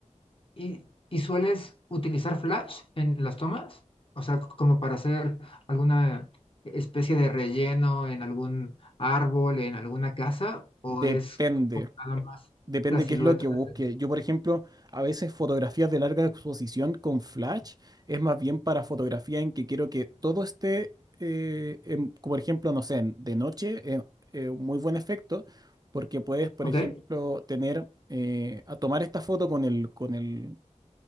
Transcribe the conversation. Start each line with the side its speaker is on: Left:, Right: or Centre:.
Left: ¿Y, y sueles utilizar Flash en las tomas? O sea, c- como para hacer alguna especie de relleno en algún árbol, en alguna casa, o
Right: Depende.
Left: es como nada más
Right: Depende
Left: la silueta
Right: qué es lo que busque.
Left: de-
Right: Yo, por ejemplo, a veces fotografías de larga exposición con flash es más bien para fotografía en que quiero que todo esté, eh, en- por ejemplo, no sé, en- de noche, eh, eh, un muy buen efecto, porque puedes, por
Left: Ok,
Right: ejemplo, tener, eh, a tomar esta foto con el, con el,